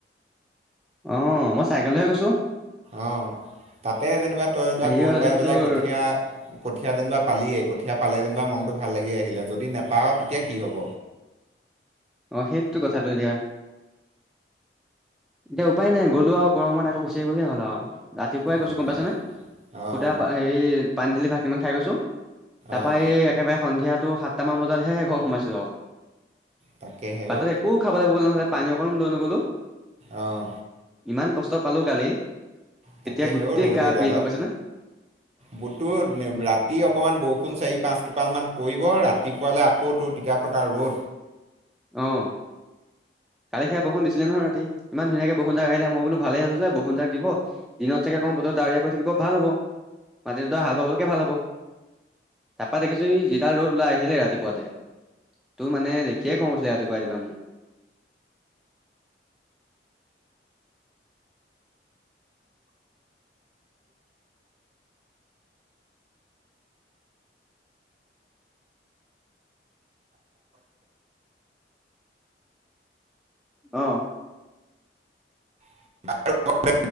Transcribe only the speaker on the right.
আহ, তাতে যেনিবা তই যেনিবা
গৈ
পাই
পেলাই
কঠীয়া কঠীয়া যেনিবা পালিয় কঠীয়া ভাল ম ভ য নাওঁ তেতিয়া হ
তাকে
অঁ
অঁ
তাকে হেও
অ',
তাকে
হেও ৰ'দ
এইডালত
বুতো ৰাতি অকমান বৰষুণ চাৰি পাঁচ টো পাঁচ মান কৰিব, ৰাতিপুৱালৈ আকৌ তোৰ টিকাফটা ৰ'দ।
<unintelligible>